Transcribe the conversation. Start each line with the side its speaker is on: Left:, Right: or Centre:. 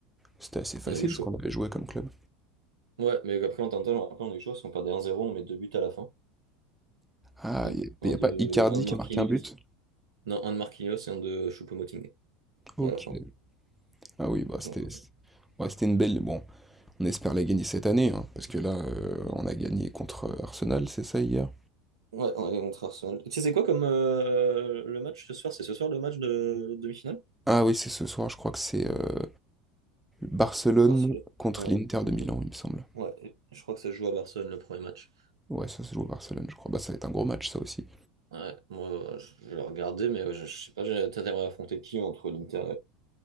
Centre: C'était assez facile
Right: On a eu chaud.
Centre: ce qu'on avait joué comme club.
Right: Ouais, mais après, en je me rappelle, on a eu chaud parce qu'on perdait 1-0, on met deux buts à la fin.
Centre: Ah,
Right: Euh,
Centre: il
Right: Un
Centre: n'y a, y a
Right: de,
Centre: pas Icardi
Right: un de Marquinhos.
Centre: qui a marqué un but?
Right: Non, un de Marquinhos et un de Choupo-Moting
Centre: Ok.
Right: à la fin.
Centre: Ah oui, bah c'était.
Right: Donc, ouais,
Centre: ouais, c'était une belle. Bon, on espère la gagner cette année, hein, parce que là, euh, on a gagné contre euh, Arsenal, c'est ça hier?
Right: Ouais, on est contre Arsenal. Tu sais, c'est quoi comme euh, le match ce soir? C'est ce soir le match de l'autre demi-finale?
Centre: Ah oui, c'est ce soir, je crois que c'est euh, Barcelone
Right: Barcelone.
Centre: contre
Right: Ouais,
Centre: l'Inter
Right: ok.
Centre: de Milan, il me semble.
Right: Ouais, et je crois que ça se joue à Barcelone le premier match.
Centre: Ouais, ça se joue à Barcelone, je crois. Bah, ça va être un gros match, ça aussi.
Right: Ouais, moi, je je vais regarder, mais ouais, je, je sais pas, j'ai- t'as- t'aimerais affronter qui entre l'Inter